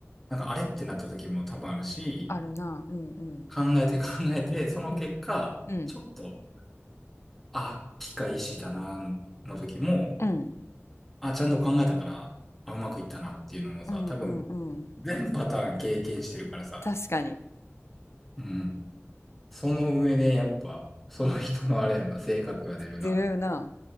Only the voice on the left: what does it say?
あるなうんうん
うんうん
うん
うんうんうん
確かに
ずるいな